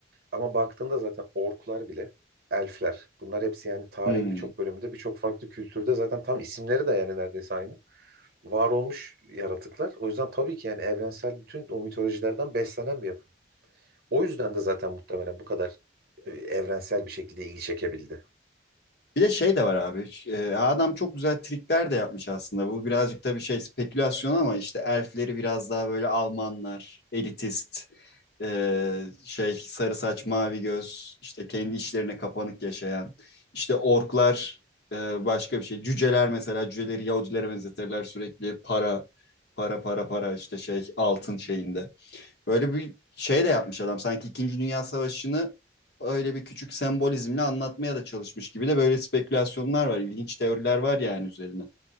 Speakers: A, on the right; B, on the left.
A: Ama baktığında zaten orklar bile, elfler, bunlar hepsi yani tarihin
B: Hmm.
A: birçok bölümünde, birçok farklı kültürde zaten tam isimleri de yani neredeyse aynı. Var olmuş yaratıklar. O yüzden tabii ki yani evrensel bütün o mitolojilerden beslenen bir yapı. O yüzden de zaten muhtemelen bu kadar e, evrensel bir şekilde ilgi çekebildi.
B: Bir de şey de var abi. e, adam çok güzel trikler de yapmış aslında. Bu birazcık tabii şey spekülasyon ama işte elfleri biraz daha böyle Almanlar, elitist, e, şey sarı saç mavi göz, işte kendi işlerine kapanık yaşayan. İşte orklar e, başka bir şey. Cüceler mesela cüceleri Yahudilere benzetirler sürekli para, para, para, para işte şey altın şeyinde. Böyle bir şey de yapmış adam. Sanki İkinci Dünya Savaşı'nı öyle bir küçük sembolizmle anlatmaya da çalışmış gibi de böyle spekülasyonlar var. İlginç teoriler var yani üzerine.